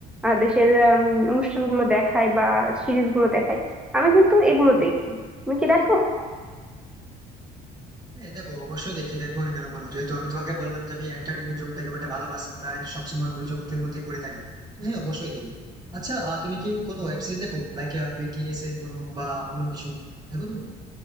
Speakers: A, in the centre; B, on the right.
A: আহ, দেশের উম, অনুষ্ঠানগুলো দেখায় বা সিরিজগুলো দেখায় আমি কিন্তু এগুলো দেখি তুমি কি দেখো
B: হ্যাঁ দেখো অবশ্যই দেখি দেখবো না কেন বলো যেহেতু আমি তোমাকে বললাম যে আমি এন্টারটেনমেন্ট জগৎটাকে অনেকটা ভালোবাসি প্রায় সবসময় ওই জগতের মধ্যে পড়ে থাকি তো হ্যাঁ অবশ্যই দেখি আচ্ছা আহ, তুমি কি কোনো ওয়েব সিরিজ দেখো লাইক বিটিএস এর কোনো বা অন্য কিছু দেখো তুমি